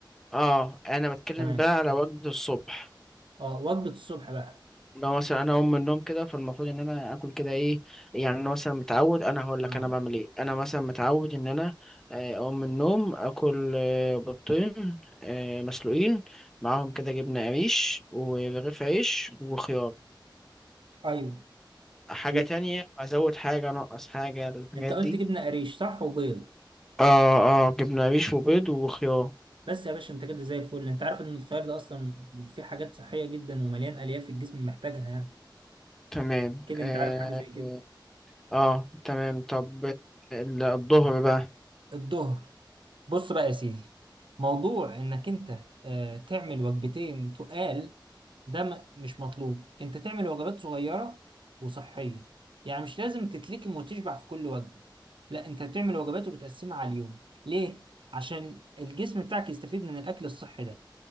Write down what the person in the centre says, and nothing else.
اه انا بتكلم
بقى على وجبه الصبح
لو مثلا انا اقوم من النوم كده فالمفروض ان انا اكل كده ايه يعني انا مثلا متعود انا هقول لك
انا بعمل ايه انا مثلا متعود ان انا آه، اقوم من النوم اكل آه، بيضتين آه، مسلوقين معاهم كده جبنه قريش ورغيف عيش وخيار
حاجه
تانية ازود حاجه انقص حاجه الحاجات
دي
اه اه جبنه قريش وبيض وخيار
تمام
اه,
آه تمام طب ال- الظهر بقى